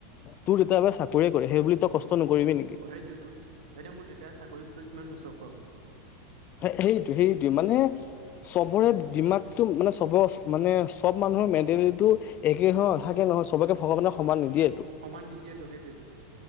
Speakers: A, on the left; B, on the right.
A: তোৰ যেতিয়াবা চাকৰীয়ে কৰে সেইবুলিয়ে কষ্ট নকৰিবি নেকি
B: সেইটোৱেটো, এতিয়া মোৰ দেউতাই চাকৰি কিমান বছৰ খোৱাব।
A: সে সেইটো সেইটো মানে। চবৰে দিমাগটো মানে চব মানে চব মানুহৰ মেণ্টেলিটিটো একে নাথাকে নহয় চবকে ভগৱানে সমান নিদিয়ে।
B: সমান নিদিয়েতো সেইটোয়েতো